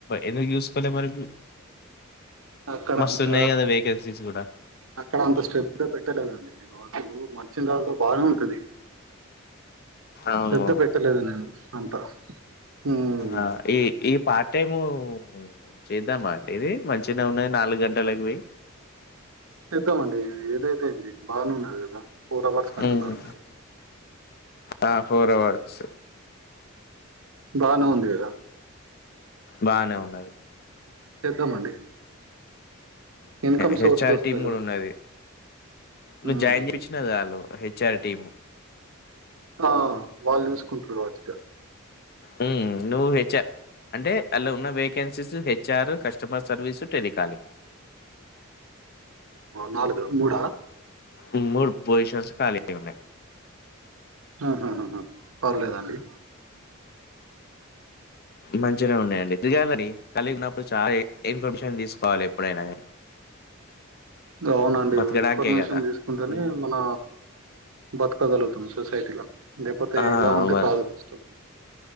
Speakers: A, on the left; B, on the right.
A: ఎందుకు చూసుకోలే మరి
B: అక్కడ
A: మస్తున్నాయి
B: అంత
A: గదా! వేకెన్సీస్ గూడా.
B: అక్కడ అంత శ్రద్ధ పెట్టలేదండి నీ మాటలు నచ్చేలా అండి
A: అవును.
B: శ్రద్ధ పెట్టలేదు నేను అంత హ్మ్
A: ఆ ఏ ఏ పార్ట్ టైము చేద్దామా అండి ఇది మంచినే ఉన్నది నాలుగు గంటలకి పోయి
B: చేద్దామండి ఏదైతే ఏంది బానే ఉన్నారు కదా ఫోర్ అవర్స్ కంటున్నారు
A: హ్మ్.
B: మీరు
A: ఆ! అవర్స్
B: బానే ఉంది కదా
A: బానే ఉన్నాయి
B: చేద్దామండి ఇన్కమ్
A: హెచ్ఆర్
B: సోర్స్ వస్తాయి
A: టీమ్
B: కదా
A: కూడా ఉన్నది నువ్వు
B: హ్మ్
A: జాయిన్ చేపించినవ్ వాళ్ళు హెచ్ ఆర్ టీము
B: ఆ వాళ్ళు చూసుకుంటారు కావచ్చు ఇగా
A: మ్మ్ నువ్వు హెచ్ఆర్ అంటే అలా ఉన్న వేకెన్సీస్ హెచ్చు H R customer service telecalling
B: నాలుగ మూడా
A: ఉన్నొడు పొజిషన్స్ కళీగున్నాయి
B: ఉహుహు పర్లేదండి
A: మంచిగా ఉన్నాయండి దిగాంని కలిగినప్పుడు చాలా ఇన్ఫర్మేషన్ తీసుకోవాలి ఎప్పుడైనా గాని
B: అవునండి
A: బతకడానికే
B: ఇన్ఫర్మేషన్
A: కదా!
B: తీసుకుంటేనే
A: హ్మ్.
B: మన బతకగలుగుతాం సొసైటీలో లేకపోతే
A: ఆ!
B: ఇలా ఉంటే
A: మరి
B: కాదు కష్టం